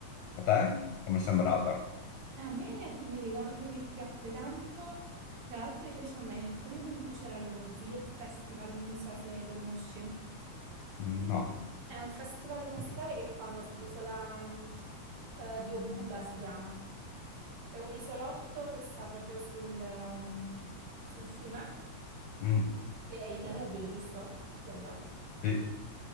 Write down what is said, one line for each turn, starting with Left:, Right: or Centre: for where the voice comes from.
Left: A te? Come è sembrata?
Right: A me mi ricordo che piacque tanto, tra l'altro io ci andai nel periodo in cui c'era lo Ziget Festival, non so se lo conosci.
Left: Mm, No.
Right: È un festival musicale che fanno sull'isola mh, eh, di Obuda, si chiama. È un isolotto che sta proprio sul, ehm, sul fiume,
Left: Mm,
Right: che è il Danubio, giusto? Quello.
Left: Sì.